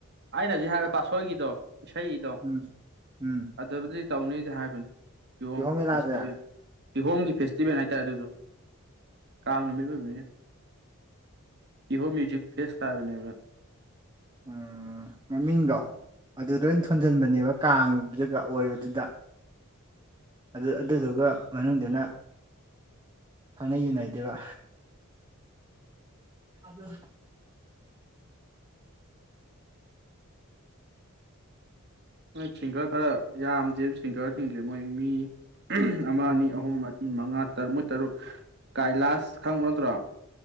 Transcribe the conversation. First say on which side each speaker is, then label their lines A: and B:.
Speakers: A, on the right; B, on the right.
A: ꯑꯩꯅ ꯍꯧꯖꯤꯛ ꯍꯥꯏꯕ ꯄꯥꯠꯁꯣꯏꯒꯤꯗꯣ ꯏꯁꯩ ꯗꯣ
B: ꯎꯝ ꯎꯝ
A: ꯑꯗꯨꯗꯕꯨꯗꯤ ꯇꯧꯅꯤꯗꯤ ꯍꯥꯏꯕꯅꯤ ꯀꯤꯍꯣꯝ
B: ꯃꯦꯂꯥꯁꯦ
A: ꯐꯦꯁꯇꯤꯚꯦꯜ
B: ꯑꯣ
A: ꯀꯤꯍꯣꯝꯒꯤ ꯐꯦꯁ ꯐꯁꯇꯤꯚꯦꯜ ꯍꯥꯏꯇꯥꯔꯦ ꯑꯗꯨꯗꯣ ꯀꯥꯡ ꯅꯨꯃꯤꯠ ꯑꯣꯏꯕꯅꯤꯅ ꯀꯤꯍꯣꯝ ꯃ꯭ꯌꯨꯖꯤꯛ ꯐꯦꯁ ꯍꯥꯏꯕꯅꯦꯕ
B: ꯎꯝ ꯃꯃꯤꯡꯗꯣ ꯑꯗꯨꯗ ꯑꯣꯏ ꯊꯣꯟꯖꯟꯕꯅꯦꯕ ꯀꯥꯡꯖꯒ ꯑꯣꯏꯕꯗꯨꯗ ꯑꯗꯨ ꯑꯗꯨꯗꯨꯒ ꯃꯅꯨꯡꯗꯅ ꯈꯪꯅꯩ ꯌꯨꯅꯩꯗꯨꯏꯕ ꯑꯗꯨ
A: ꯃꯣꯏ ꯁꯤꯡꯒꯔ ꯈꯔ ꯌꯥꯝꯗꯦ ꯁꯤꯡꯒꯔꯁꯤꯡꯁꯦ ꯃꯣꯏ ꯃꯤ ꯑꯃ
B: ꯎꯝ
A: ꯑꯅꯤ ꯑꯍꯨꯝ ꯃ ꯃꯤ ꯃꯉꯥ ꯇꯔꯨꯛꯃꯣꯏ ꯇꯔꯨꯛ ꯀꯥꯏꯂꯥꯁ ꯈꯪꯕ ꯅꯠꯇ꯭ꯔꯣ